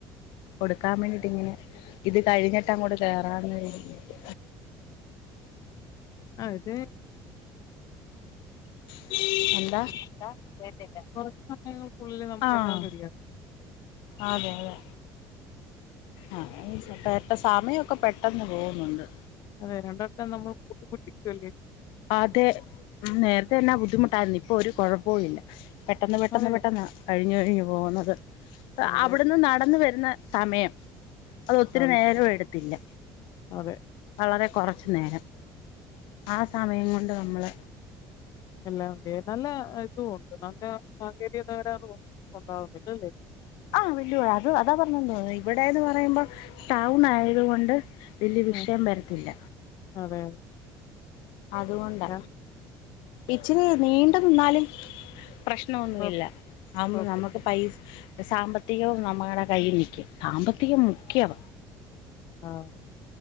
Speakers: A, on the left; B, on the left.
A: കൊടുക്കാൻ വേണ്ടിട്ട് ഇങ്ങനെ ഇത് കഴിഞ്ഞിട്ട് അങ്ങോട്ട് കേറാന്ന് വിചാരി
B: ആഹ് ഇത്
A: എ <inaudible>
B: എന്താ കേട്ടില്ല കുറച്ചു സമയങ്ങൾക്കുള്ളില് നമുക്കെല്ലാം
A: ആഹ്
B: റെഡിയാക്കാം
A: അതെ അതെ ആഹ് കേട്ട സമയമൊക്കെ പെട്ടെന്ന് പോവുന്നുണ്ട്
B: അതെ രണ്ടറ്റം നമ്മൾ കൂട്ടി മുട്ടിക്കല്ലേ
A: അതെ നേരത്തെ തന്നെ ബുദ്ധിമുട്ടായിരുന്നു ഇപ്പൊ ഒരു കുഴപ്പോം ഇല്ല പെട്ടെന്ന് പെട്ടെന്ന്
B: അതെ
A: പെട്ടെന്ന കഴിഞ്ഞു കഴിഞ്ഞു പോകുന്നത്
B: അതെ
A: അവിടുന്ന് നടന്ന വരുന്ന സമയം അതൊത്തിരി
B: അതെ
A: നേരവും എടുത്തില്ല
B: അതെ
A: വളരെ കൊറച്ച് നേരം ആ സമയം കൊണ്ട് നമ്മള്
B: എല്ലാംണ്ട് നല്ല ഇതും ഉണ്ട് നല്ല സാങ്കേതിക തകരാറ് ഒന്നും ഉണ്ടാവുന്നില്ലല്ലേ
A: ആഹ് വിട്ടു പോയ്‌ അത് അതാ പറഞ്ഞു തോന്നുന്നു ഇവിടെന്ന് പറയുമ്പോ ടൗൺ ആയത് കൊണ്ട് വല്ല്യ വിഷയം
B: അതെ
A: വരത്തില്ല
B: അതെ
A: അതുകൊണ്ടാ
B: ഞാൻ
A: ഇച്ചിരി നീണ്ടു നിന്നാല് പ്രശ്ണൊന്നു
B: കുഴപ്പ
A: ഇല്ല ആഉമ്പ
B: കുഴപ്പമില്ല
A: നമക്ക് പൈസ സാമ്പത്തികവും നമ്മളുടെ കയ്യിൽ നിൽക്കും സാമ്പത്തികം മുഖ്യവ
B: ആഹ്